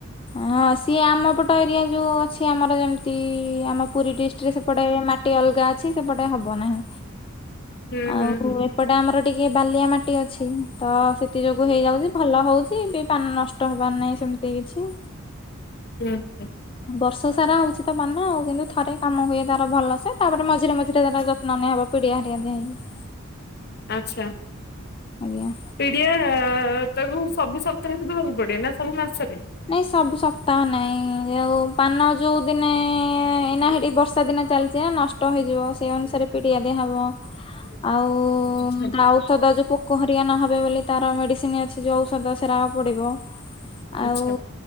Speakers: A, on the left; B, on the left.
A: ହଁ ସିଏ ଆମ ପଟ ଏରିଆ ଯୋଉ ଅଛି ଆମର ଯେମିତି ଆମ ପୁରୀ ଡିଷ୍ଟ୍ରିକ୍ଟରେ ସେପଟେ ମାଟି ଅଲଗା ଅଛି ସେପଟେ ହବ ନାହିଁ।
B: ହୁଁ
A: ଆଉ
B: ହୁଁ ହୁଁ
A: ଏପଟେ ଆମର ଟିକେ ବାଲିଆ ମାଟି ଅଛି। ତ ସେ ତି ଯୋଗୁ ହେଇଯାଉଛି, ଭଲ ହଉଛି ବି ପାନ ନଷ୍ଟ ହବାର ନାହିଁ ସେମିତି କିଛି।
B: ହୁଁ, ହୁଁ।
A: ବର୍ଷ ସାରା ହଉଛି ତ ପାନ ଆଉ କିନ୍ତୁ ଥରେ କାମ ହୁଏ ତାର ଭଲସେ। ତାପରେ ମଝିରେ ମଝିରେ ତାର ଯତ୍ନ ନିଆ ହବ ପିଡ଼ିଆ ହେରିକା ଦିଆହେଇକି।
B: ଆଚ୍ଛା।
A: ଆଜ୍ଞା।
B: ପିଡିଆ ତାକୁ ସବୁ ସପ୍ତାହରେ ଦବାକୁ ପଡେ ନା ସବୁ ମାସରେ?
A: ନାଇଁ ସବୁ ସପ୍ତାହ ନାଇଁ, ଯୋଉ ପାନ ଯୋଉ ଦିନେ ଏଇନା ହେଠି ବର୍ଷା ଦିନେ ଚାଲିଛି ଏ ନଷ୍ଟ ହେଇଯିବ, ସେଇ ଅନୁସାରେ ପିଡିଆ ଦିଆ ହବ। ଆଉ ଉଁ,
B: ଆଚ୍ଛା
A: ଥାଉ ସଦା ଯୋଉ ପୋକ ହେରିକା ନହେବେ ବୋଲି ତାର ମେଡିସିନ୍ ଅଛି, ଯୋଉ ଔଷଦ ସେରାକ ପଡିବ।
B: ଆଚ୍ଛା
A: ଆଉ